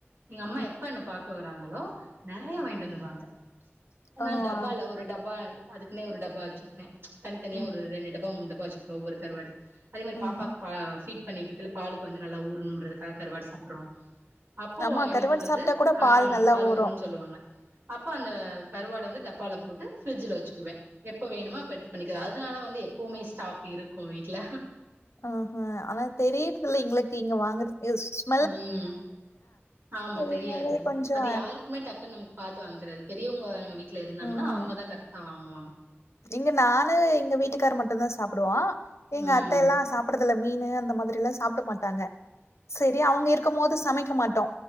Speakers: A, on the right (about 60°); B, on the left (about 85°).
A: எங்க அம்மா
B: ம்
A: எப்ப என்ன பாக்க வர்றாங்களோ நெறைய வாங்கிட்டு வந்துருவாங்க
B: ஓ
A: நா டப்பால
B: ஆ
A: ஒரு டப்பா அதுக்குனே ஒரு டப்பா வச்சிருப்பே தனித்தனியா
B: ம்
A: ஒரு ரெண்டு டப்பா மூணு டப்பா வெச்சிருப்ப ஒவ்வொரு கருவாடு அதே மாரி
B: ம்
A: பாப்பாக்கு பா பீட் பண்ணிட்டுருக்கையில பாலுக்கு வந்து நல்லா ஊறணுன்றதுக்காக கருவாடு சாப்பர்றோ அப்போ
B: ஆமா
A: என்ன
B: கருவாடு
A: பண்றது
B: சாப்ட்டா கூட
A: ஆ
B: பால் நல்லா
A: பால்வுருன்னு
B: ஊரு
A: சொல்லுவாங்க அப்ப அந்த கருவாடு வந்து டப்பால போட்டு பிரிட்ஜில வெச்சுக்குவே எப்ப வேணுமோ அப்ப எடுத்து பண்ணிக்கலா அதனால வந்து எப்பவுமே ஸ்டாக் இருக்கு வீட்டுல
B: அ அ அனா தெரியறதுல எங்களுக்கு இங்க வாங்கறது <inaudible>
A: ம் ஆமா
B: அதனாலயே
A: தெரியாது
B: கொஞ்சோ
A: அது யாருக்குமே டக்குன்னு நமக் பாத்து வாங்க தெரியாது பெரியவங்க நம்ம வீட்டுல இருந்தாங்கன்னா
B: ம்
A: அவுங்க தா கரெக்டா வாங்குவாங்க
B: இங்க நானு எங்க வீட்டுக்கார் மட்டுதா சாப்புடுவோ எங்க
A: ம்
B: அத்த எல்லா சாப் சாப்படுறதுல மீனு அந்த மாதிரில்லா சாப்டமாட்டாங்க சரி அவங்க இருக்கும் போது சமைக்க மாட்டோ